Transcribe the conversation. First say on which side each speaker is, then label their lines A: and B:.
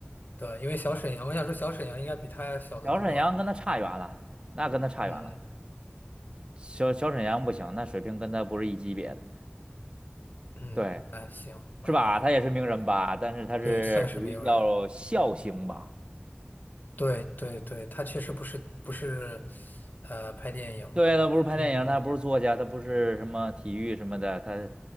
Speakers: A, on the left (about 45°); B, on the right (about 25°).
A: 对，因为小沈阳，我想说小沈阳应该比他小得多。
B: 小沈阳跟他差远了，那跟他差远了。
A: 嗯
B: 小小沈阳不行，那水平跟他不是一级别的，
A: 嗯，
B: 对，
A: 啊行啊，
B: 是吧？他也是名人吧，但是他是属于叫笑星吧？
A: 对，算是没有人。对对对，他确实不是不是，呃，拍电影的。
B: 对，他不是拍电影，
A: 嗯
B: 他不是作家，他不是什么体育什么的，他